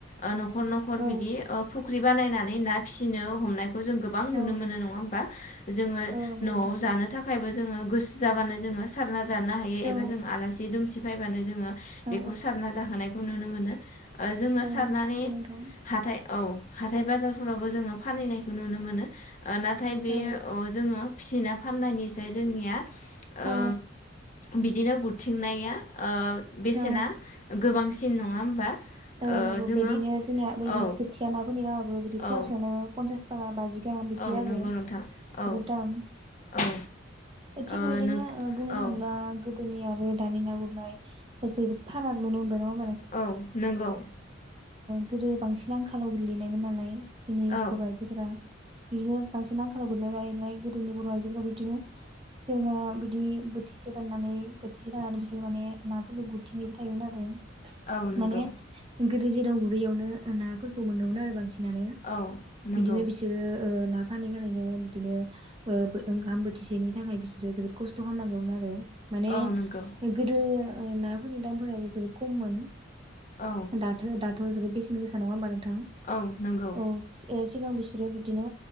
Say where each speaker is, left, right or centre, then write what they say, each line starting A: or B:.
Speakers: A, on the left (about 40°); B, on the right (about 30°).
A: ओ न'खर न'खर
B: औ
A: बिदि फुख्रि बानायनानै ना फिसिनो हमनाय खौ जों गोबां नुनो
B: औ
A: मोनो नङा होमबा जोङो
B: औ नंगौ
A: न'आव
B: नोंथां
A: जानो थाखायबो जोङो गोसो जाबानो जोङो सारना जानो हायो
B: औ
A: एबा जों आलासि दुमसि फैबानो जोङो
B: औ
A: बेखौ सारना जाहोनायखौ नुनो मोनो जोङो
B: औ
A: सारनानै
B: नंगौ नोंथां
A: हाथाय औ हाथाय बाजारफोरावबो जोङो फानहैनायखौ नुनो मोनो नाथाय बे
B: औ
A: जोङो फिसिना फाननायनिसाय जोंनिया
B: औ
A: ओ बिदिनो गुरथिंनाया बेसेना
B: औ
A: गोबांसिन नङा होमबा
B: औ
A: ओ
B: नंगौ
A: जोङो
B: बिदिनो जोंनिया ब
A: औ
B: बोथिया नाफोरनि नामाबो बिदि फवासेयावनो
A: औ
B: पनसास थाखा बाजि गाहाम बिदि
A: औ
B: आरो
A: नंगौ नोंथां
B: जोबोद
A: औ
B: दाम
A: औ
B: थिग
A: ओ
B: बेबायदिनो
A: नों
B: बुंनो
A: औ
B: <unintelligible> जोंनि आरो दानि ना गुरनाय जोबोद फाराग नुनो मोनबाय नामा
A: औ नंगौ।
B: गोदो बांसिन आंखालाव गोलैनायमोन नालाय जोंनि
A: औ
B: बर' आइजोफोरा बिदिनो बांसिन आंखालाव गोदनाय रायनाय गोदोनि बर' आइजोफोरा बिदिनो सोरेनबा बिदि बोथिसे राननानै बोथिसे राननानै बिसोर माने नाफोरखौ गुरथिंैबो थायोमोन आरो
A: औ नंगौ
B: माने गोदो जेराव गुरैयावनो नाफोरखौ मोननो मोनो आरो बांसिनानो
A: औ नंगौ
B: बिदिनो बिसोरो न फानै बानायनो बिदिनो ओंखाम बोथिसेनि थाखाय बिसोरो जोबोद खस्थ' खालामनांगौमोन आरो माने
A: औ नंगौ
B: गोदो नाफोरनि दामफोराबो जोबोद खममोन
A: औ
B: दाथ दाथ' जोबोद बेसेन गोसा नङा होमबा नोंथां
A: औ नंगौ
B: औ सिगां बिसोरो बिदिनो